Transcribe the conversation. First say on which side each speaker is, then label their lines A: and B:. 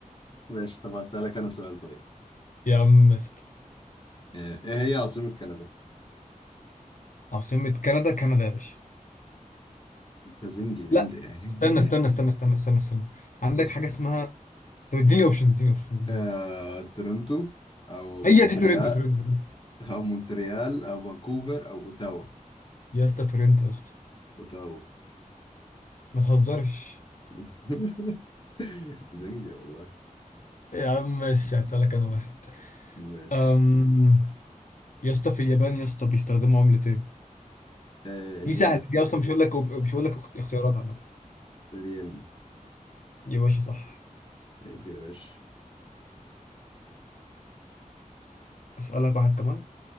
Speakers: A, on the left; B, on the left.
A: ماشي طب هسألك أنا سؤال طيب
B: يا عم اسأل
A: آه إيه هي عاصمة كندا؟
B: عاصمة كندا كندا يا باشا
A: ده زنجي زنجي
B: لا
A: يعني
B: استنى
A: <laughs>
B: استنى استنى استنى استنى استنى عندك
A: بص
B: حاجة اسمها طب اديني أوبشنز اديني أوبشنز اديني
A: آه
B: أوبشنز
A: تورنتو أو مونتريال
B: هي دي تورنتو تورنتو تورنتو.
A: أو مونتريال أو فانكوفر أو أوتاوا
B: يا اسطى تورنتو يا اسطى
A: أوتاوا
B: ما تهزرش
A: <laughs> زنجي والله
B: يا عم ماشي هسألك أنا واحد
A: ماشي
B: أم... يا اسطى في اليابان يا اسطى بيستخدموا عملة ايه؟
A: آه الين
B: دي سهلة دي اصلا مش هقول لك أوب- مش هقول لك اخت- اختيارات عامة
A: الين
B: يا باشا صح
A: عيب يا باشا
B: اسألك واحد كمان